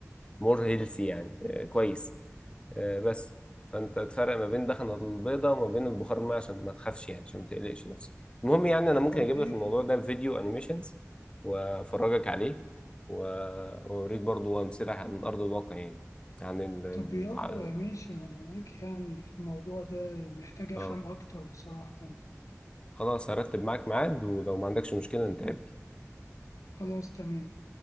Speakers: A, on the left (about 20°); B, on the left (about 75°).
A: مور هيلثي يعني آه، كويس آه، بس فانت تفرق ما بين الدخنه البيضاء وما بين البخار الماء عشان ما تخافش يعني عشان ما تقلقش نفسك المهم يعني انا ممكن
B: طب
A: اجيب
B: انت
A: لك الموضوع ده في فيديو انيميشنز وافرجك عليه و- واوريك برضو امثله من ارض الواقع يعني عن ال... ال-
B: طب يلا يا ماشي انا معاك يعني في الموضوع ده محتاج افهم
A: اه
B: اكتر بصراحة يعني
A: خلاص هرتب معاك ميعاد ولو ما عندكش مشكله نتقابل
B: خلاص تمام